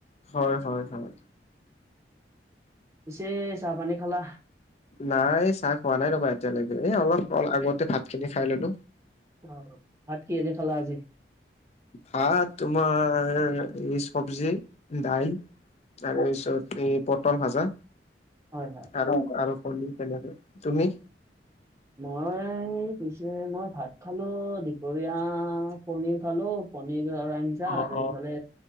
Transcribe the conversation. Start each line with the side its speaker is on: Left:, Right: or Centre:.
Left: হয় হয় হয়
Right: পিছে চাহ পানী খালা
Left: নাই চাহ খোৱা নাই ৰ'বা এতিয়ালৈকে এই অলপ অ আগতে ভাত খিনি খাই ললো
Right: অ ভাত কিহেদি খালা আজি
Left: ভাত তোমাৰ এই চব্জি দাইল তাৰ পিছত এই পটল ভাজা
Right: হয় হয়
Left: আৰু আৰু ক তেনেকে তুমি
Right: মই পিছে মই ভাত খালো দুপৰীয়া পনীৰ খালো পনীৰৰ আৰু আঞ্জা
Left: অ',
Right: আৰু
Left: অ'।
Right: এইফালে